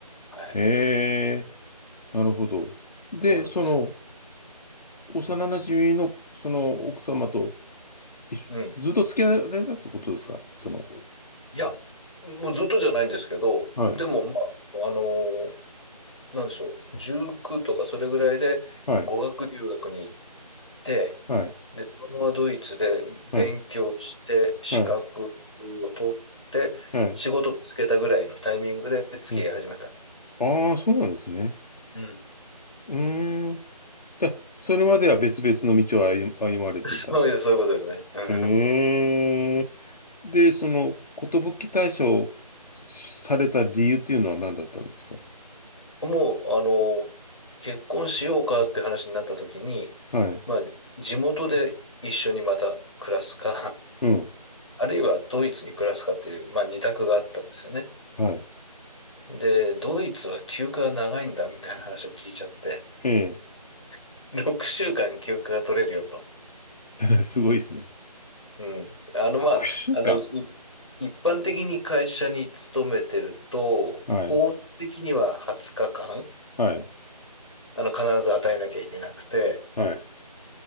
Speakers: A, on the left; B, on the left.
A: はい、
B: へえ、なるほど。で、
A: そうなんです。
B: その、幼馴染の、その、奥様と、一緒ずっと付き合われたってことですかその、
A: うん。いや、もうずっとじゃないんですけど、
B: はい、
A: でも、まあ、あのーなんでしょう、19とかそれぐらいで語学留学に行っ
B: はい、
A: て、
B: はい、
A: で、そのままドイツで勉強して、
B: はい、
A: 資格
B: はい、
A: を取って、
B: はい。
A: 仕事をつけたぐらいのタイミングで付き合い始めたんです。
B: ねああ、そうなんですね。
A: うん。
B: うーん。じゃあ、それまでは別々の道を歩、歩まれてた。
A: <laughs> そういう、そういうことですね。う
B: へえ。で、その、寿退社をされた理由っていうのは何だったんですか
A: ん、<laughs> もう、あの、結婚しようかって話になった時に、
B: はい。
A: まあ、地元で一緒にまた暮らすか、
B: うん。
A: あるいはドイツに暮らすかっていう、まあ、二択があったんですよね。
B: はい。
A: で、ドイツは休暇が長いんだみたいな話を聞いちゃって、
B: え
A: <laughs> 6週間休暇が取れるよと。
B: え。<laughs> すごいですね。
A: うん。あの、
B: 6週間。
A: まあ、あの、い一般的に会社に勤めてると、
B: はい。
A: 法的には20日間、
B: はい。
A: あの、必ず与えなきゃいけなくて、
B: はい。